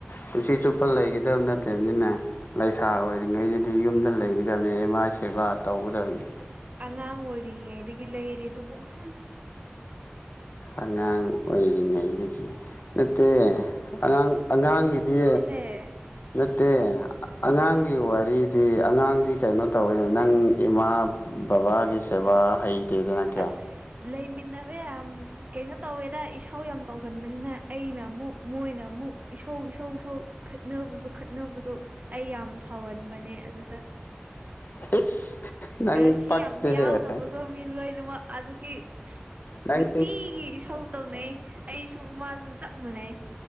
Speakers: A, on the left; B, on the right.
A: ꯄꯨꯟꯁꯤ ꯆꯨꯞꯄ ꯂꯩꯒꯤꯗꯕ ꯅꯠꯇꯦꯍꯥꯏꯝꯅꯤꯅꯦ ꯂꯩꯁꯥ ꯑꯣꯏꯔꯤꯉꯩꯗꯗꯤ ꯌꯨꯝꯗ ꯂꯩꯒꯗꯕꯅꯤ ꯑꯦꯃꯥꯏ ꯁꯦꯕꯥ ꯇꯧꯒꯗꯕꯅꯤ
B: ꯑꯉꯥꯡ ꯑꯣꯏꯔꯤꯉꯩꯗꯒꯤ ꯂꯩꯔꯤꯗꯨꯕꯨ ꯍꯨꯝ
A: ꯑꯉꯥꯡ ꯑꯣꯏꯔꯤꯉꯩꯗꯒꯤ ꯅꯠꯇꯦ ꯑꯉꯥꯡ ꯑꯉꯥꯡꯒꯤꯗꯤ
B: ꯑꯦ
A: ꯅꯠꯇꯦ ꯑꯉꯥꯡꯒꯤ ꯋꯥꯔꯤꯗꯤ ꯑꯉꯥꯡꯗꯤ ꯀꯩꯅꯣ ꯇꯧꯋꯦꯗ ꯅꯪ ꯏꯃꯥ ꯕꯥꯕꯥꯒꯤ ꯁꯦꯕꯥ ꯍꯩꯇꯦꯗ ꯅꯪ
B: ꯑꯁ ꯂꯩꯃꯤꯟꯅꯕ ꯌꯥꯝ ꯀꯩꯅꯣ ꯇꯧꯋꯦꯗ ꯏꯁꯧ ꯌꯥꯝ ꯇꯧꯒꯟꯕꯅꯤꯅ ꯑꯩꯅ ꯑꯃꯨꯛ ꯃꯣꯏꯅ ꯑꯃꯨꯛ ꯏꯁꯧ ꯏꯁꯧ ꯏꯁꯧ ꯈꯠꯅꯕꯗꯣ ꯈꯠꯅꯕꯗꯣ ꯑꯩ ꯌꯥꯝ ꯁꯥꯎꯍꯟꯕꯅꯦ ꯑꯗꯨꯗ
A: <unintelligible>
B: ꯔꯁꯤ
A: ꯄꯛꯇꯦꯍꯦ
B: ꯌꯥꯝ ꯌꯥꯎꯗꯕꯗꯣ ꯃꯤ ꯂꯣꯏꯅꯃꯛ ꯑꯗꯨꯒꯤ ꯏꯁ
A: ꯅꯪ
B: ꯅꯨꯡꯇꯤꯒꯤ ꯏꯁꯧ ꯇꯧꯅꯩꯌꯦ ꯑꯩꯁꯨ ꯃꯥꯁꯨ ꯆꯞ ꯃꯥꯟꯅꯩ